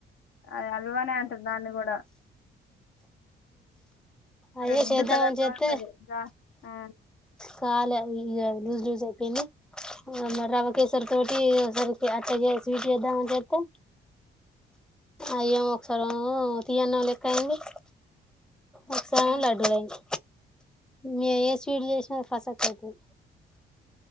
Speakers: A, on the left; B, in the centre.
A: అది అల్వానే అంటరు దాన్ని కూడా
B: అయే
A: రెడ్
B: చేద్దామని
A: కలర్
B: చేతే
A: లో ఉంటది దా ఆ
B: కాలే ఇగ లూస్ లూస్ ఐపోయింది ఇగ మరి రవ్వ కేసరి తోటి అసల్ కి అట్ట స్వీట్ చేద్దామని చేతే అయ్యో ఒకసారి ఏమో తీయన్నా లెక్క అయింది ఒకసారెమో
A: ఆ
B: లడ్డుల ఐంది నేనే ఏ స్వీడ్ చేసినా అది పసక్ ఐతది